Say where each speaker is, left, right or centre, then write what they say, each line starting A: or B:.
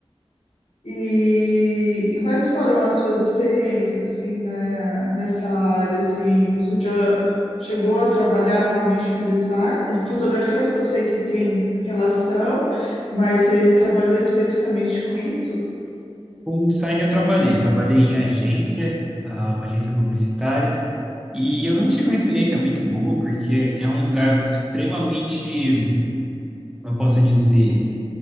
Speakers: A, on the left (about 75°); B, in the centre.
A: e, e quais foram as suas experiências, assim, na nessa área, assim, você já chegou a trabalhar realmente com design? Fotografia, eu sei que tem relação, mas você trabalhou especificamente com isso?
B: Com design eu trabalhei, eu trabalhei em agência, ah, uma agência publicitária, e eu não tive uma experiência muito boa, porque é um lugar extremamente, como eu posso dizer,